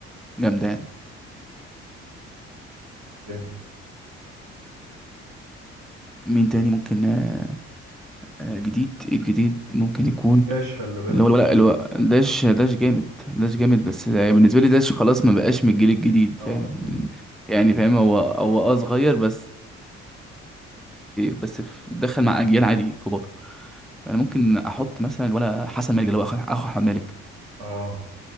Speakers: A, in the centre; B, on the right.
A: جامدة يعني
B: تاني
A: مين تاني ممكن آه، آه، جديد الجديد ممكن يكون
B: داش خلي بالك
A: اللي هو لا اللي هو داش داش جامد داش جامد بس ده- بالنسبة لي داش خلاص ما بقاش من الجيل الجديد
B: اه
A: فاهم يعني فاهم هو هو اه صغير بس بس في- دخل مع أجيال عادي كبار انا ممكن احط مثلا ولا حسن مالك اللي هو اخو أخو احمد مالك
B: اه